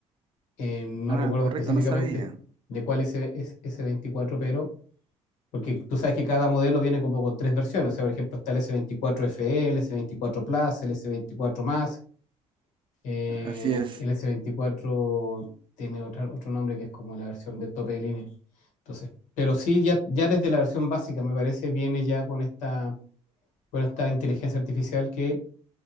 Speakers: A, on the left; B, on the right.
A: Eh, no
B: Ah,
A: recuerdo
B: correcto,
A: específicamente
B: no sabía.
A: de cuál es ese 24 pero Porque tú sabes que cada modelo viene como con tres versiones. O sea, por ejemplo, está el S24 FE, el S24 Plus, el S24 Más. eh,
B: Así es.
A: el S24 tiene otro otro nombre que es como la versión de tope de línea. Entonces, pero sí, ya, ya desde la versión básica, me parece, viene ya con esta, con esta inteligencia artificial que